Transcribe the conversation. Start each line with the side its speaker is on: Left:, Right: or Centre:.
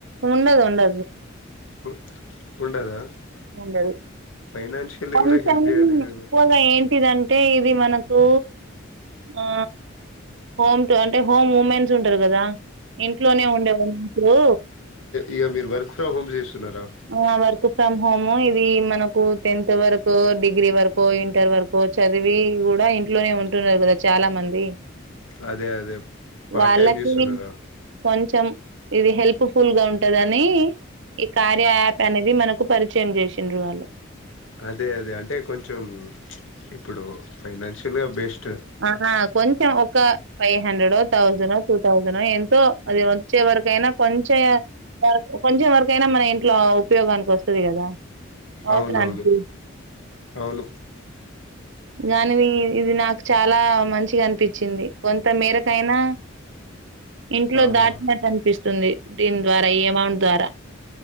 Right: ఉండదు ఉందు
Left: ఓ ఉండదా
Right: కొ
Left: ఫైనాన్షియల్లీ కూడా
Right: టై
Left: హెల్ప్ చేయాలి కదా
Right: ఇప్పగా ఏంటిది అంత అంటే ఇది మనకు ఆ హోమ్ అంటే హోమ్ ఉమెన్స్ ఉంటారు కదా ఇంట్లోనే ఉండేవాళ్ళ ఇంట్లు
Left: ఈయమి మీర్ బారికు కూడా హంజస్ చిునరా
Right: ఆ వర్క్ ఫ్రమ్ హోమ్ ఇది మనకు టెన్త్ వరకు డిగ్రీ వరకు ఇంటర్ వరకు చదివి కూడా ఇంట్లోనే ఉంటున్నారు కదా చాలా మంది
Left: అదే అదే పార్ట్
Right: వాళ్ళకి
Left: టైమ్ చూస్తున్నారా
Right: కొంచెం ఇది హెల్ప్ఫుల్ గా ఉంటదని కార్య యాప్ అనేది మనకు పరిచయం చేసిండ్రు వాళ్ళు
Left: అదే అదే అంటే కొంచెం ఇప్పుడు ఫైనాన్షియల్ గా బెస్ట్
Right: ఆ కొంచెం five hundred thousand two thousand ఎంతో అది వకు అయిన కొంచెం ఏ వ కొంచెం వరక అయినా మన ఇంట్లో ఉపయోగానికి వస్తుంది కదా అవసరానికి
Left: అవునవును అవును
Right: దానివి ఇది నా చాలా మంచిగా అనిపించింది కొంత మేరకైనా ఇంట్లో
Left: ఆహా
Right: దాటినట్టు అనిపిస్తుంది వస్తుంది దీని ద్వారా ఈ అమౌంట్ ద్వారా